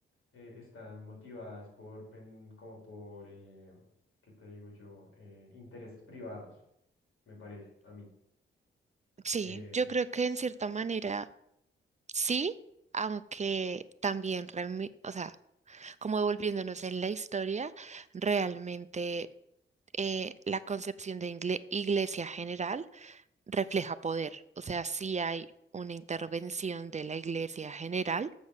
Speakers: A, on the left; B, on the right.
A: eh, están motivadas por, pen- como por, eh, ¿qué te digo yo? Eh, intereses privados, me parece, a mí,
B: Sí,
A: que
B: yo creo que en cierta manera sí, aunque también, remi- o sea, como volviéndonos en la historia, realmente eh, la concepción de ingle- iglesia general refleja poder, o sea, sí hay una intervención de la iglesia general